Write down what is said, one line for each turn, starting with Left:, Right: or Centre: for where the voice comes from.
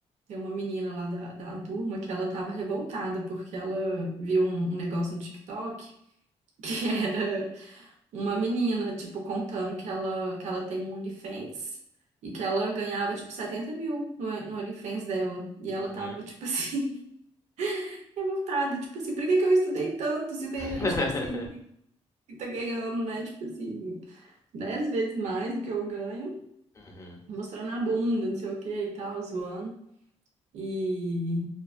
Right: Tem uma menina lá da, da turma que ela tava revoltada porque ela viu um, um negócio no TikTok que <laughs> era uma menina, tipo, contando que ela, que ela tem um OnlyFans e que ela ganhava, tipo, 70 mil no, no OnlyFans dela. E ela
Left: Uhum.
Right: tava, tipo assim, <laughs> revoltada, tipo assim, por que que eu estudei tanto se tem
Left: <laughs>
Right: gente, tipo assim, que tá ganhando, né, tipo assim, 10 vezes mais do que eu ganho,
Left: uhum.
Right: mostrando a bunda, não sei o que e tal, zoando. E,